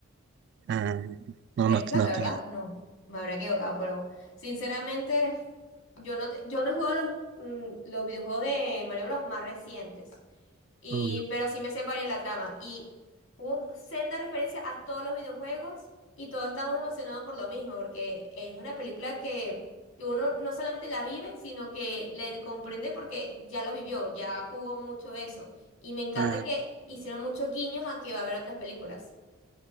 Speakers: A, on the right (about 55°); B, on the left (about 70°).
A: Mm, no,
B: que
A: no,
B: explota,
A: no
B: ¿verdad?
A: tenía.
B: No, me habrá equivocado, pero sinceramente yo no, te- yo no he jugado los, mm, los videojuegos de Mario Bros más recientes. Y,
A: Mm,
B: pero sí me separé de la trama. Y hubo senda referencia a todos los videojuegos y todos estábamos emocionados por lo mismo, porque es una película que, que uno no solamente la vive, sino que le comprende porque ya lo vivió, ya jugó mucho eso. Y me encanta
A: ah,
B: que hicieron muchos guiños a que va a haber otras películas.